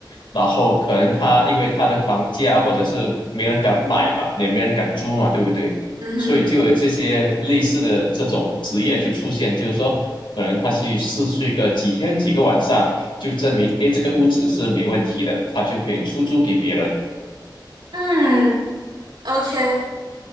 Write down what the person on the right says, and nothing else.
嗯哼，
嗯，OK，